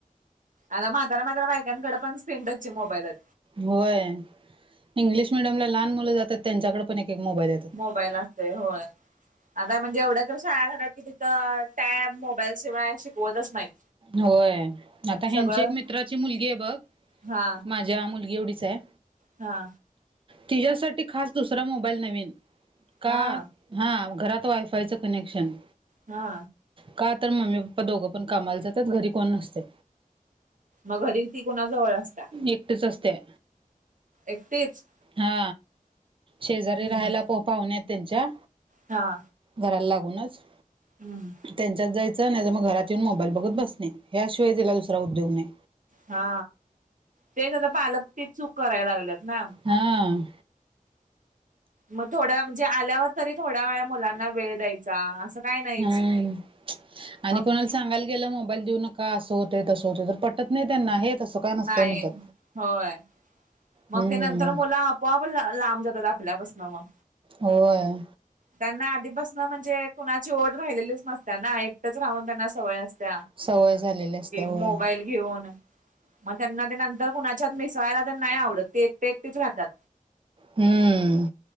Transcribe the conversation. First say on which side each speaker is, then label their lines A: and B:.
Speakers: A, on the right (about 60°); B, on the right (about 35°).
A: आता म्हातार म्हातारा बायकांकडे पण स्क्रीनटच मोबाईल आहे.
B: होय इंग्लिश मिडियम ला लहान मुलं जातात त्यांच्याकडे पण एक एक मोबाईल य.
A: मोबाईल असते होय आता म्हणजे एवढ्या तर शाळा झाल्यात की तिथं टॅब मोबाईल शिवाय शिकवतच नाहीत.
B: होय आता ह्यांची
A: सगळं
B: एक मित्राची मुलगी आहे बघ
A: हा
B: माझ्या मुलगी एवढीच आहे.
A: हा.
B: तिच्या्यासाठी खास दुसरा मोबाईल नवीन का.
A: हा
B: हा घरात वायफायचं कनेक्शन.
A: हा.
B: का तर मम्मी पप्पा दोघं पण कामाला जातात घरी कोण नसते.
A: मग घरी ती कोणा जवळ असत?
B: एकटच असते.
A: एकटेच.
B: हा शेजारी
A: हम्म
B: राहायला प पाहून येत त्यांच्या.
A: हा.
B: घराला लागूनच.
A: हम्म.
B: त्यांच्यात जायचं नाही तर मग घरात येऊन मोबाईल बघत बसणे याशिवाय त्याला दुसरा उद्योग नाही.
A: हा तेच आता पालक ते चूक करायला लागलेत ना.
B: हां.
A: मग थोड्या म्हणजे आल्यावर तरी थोड्या वेळा मुलांना वेळ द्यायचा. असं काय नाहीच
B: हम् आणि
A: मग.
B: कोणाला सांगायला गेलं मोबाईल देऊ न का असं होते तसं होते तर पटत नाही त्यांना हे तसं. काय नसतंय
A: नाही
B: म्हणतात
A: होय. मग
B: हम्म
A: ते नंतर मुला आपोआप लांब जातात आपल्यापासन मग.
B: होय
A: <inaudible> त्यांना आधीपासन म्हणजे कुणाची ओढ राहिलेलीच नसतना एक. राह त्यांना सवय असत
B: सवय झालेली असते होय
A: मो. घेऊन मग त्यांना नंतर कुणाच्या मिसायला. नाही आवडत ते एकटे एकटीच राहतात
B: हम्म